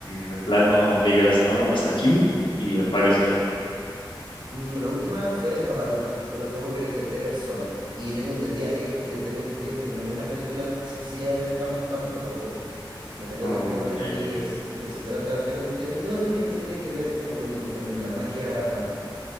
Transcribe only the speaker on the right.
mm, la última fue Babadook, pero fue porque la intenté ver solo. Y tengo entendida que, que- tengo entendido que no es una película sencilla de ver tan, tan, tampoco. No tengo
tan claro de
qué
es, pero se trata, tengo, enten- tengo entendido que tiene que ver con, con, con la magia,